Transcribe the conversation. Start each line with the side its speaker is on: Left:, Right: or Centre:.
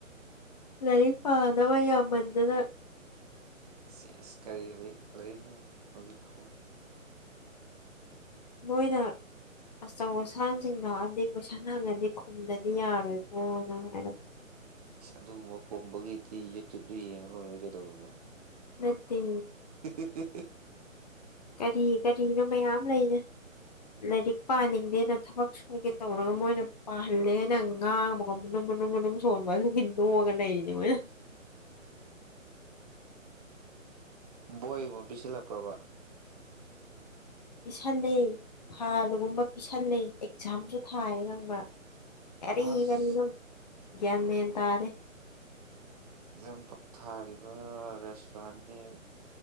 Left: ꯂꯥꯏꯔꯤꯛ ꯄꯥꯅꯕ ꯌꯥꯝꯃꯟꯗꯅ
Right: ꯁꯤꯁ ꯀꯔꯤ ꯂꯩ ꯂꯔꯝꯛꯅꯣ ꯍꯧꯖꯤ ꯐꯣ
Left: ꯃꯣꯏꯅ ꯑꯆꯧ ꯑꯁꯥꯡꯁꯤꯡ ꯂꯥꯛꯑꯗꯤ ꯀꯣꯏꯁꯟ ꯍꯪꯉꯗꯤ ꯈꯨꯝꯗꯗꯤ ꯌꯥꯔꯣꯏꯀꯣꯅ ꯍꯥꯏꯔ
Right: ꯏꯁ ꯑꯗꯨꯒꯨꯝꯕ ꯈꯣꯝꯕꯒꯤꯗꯤ ꯌꯨꯇ꯭ꯌꯨꯕꯇ ꯌꯦꯡꯉ ꯂꯣꯏꯔꯦ ꯀꯩꯗꯧꯔꯒꯦ
Left: ꯅꯠꯇꯦ
Right: <unintelligible>
Left: ꯀꯔꯤ ꯀꯔꯤꯅꯣ ꯃꯌꯥꯝ ꯂꯩꯔ ꯂꯥꯏꯔꯤꯛ ꯄꯥꯅꯤꯡꯗꯦꯅ ꯊꯕꯛ ꯁꯨꯒꯦ ꯇꯧꯔꯒ ꯃꯣꯏꯅ ꯄꯥꯍꯜꯂꯦꯅꯪ ꯉꯥꯡꯕꯒꯅꯨꯝ ꯃꯅꯨꯝ ꯃꯅꯨꯝ ꯁꯣꯟꯕ ꯑꯗꯨꯒꯤꯅꯤ ꯇꯣ ꯑ ꯒ ꯂꯩꯔꯤꯅꯦ ꯃꯣꯏꯅ
Right: ꯕꯣꯏꯒꯨꯝꯕ ꯄꯤꯁꯤꯜꯂꯛꯄ꯭ꯔꯕ
Left: ꯄꯤꯁꯜꯂꯤ ꯐꯥꯜꯒꯨꯝꯕ ꯄꯤꯁꯜꯂꯤ ꯑꯦꯛꯖꯥꯝꯁꯨ ꯊꯥꯏ ꯈꯪꯕ꯭ꯔꯥ ꯀꯔꯤ
Right: ꯑꯁ
Left: ꯀꯔꯝꯅꯣ ꯒ꯭ꯌꯥꯟ ꯃꯦꯜ ꯇꯥꯗꯦ
Right: ꯝ ꯊꯥꯔꯤꯕ ꯔꯦꯁꯇꯨꯔꯦꯟꯁꯤ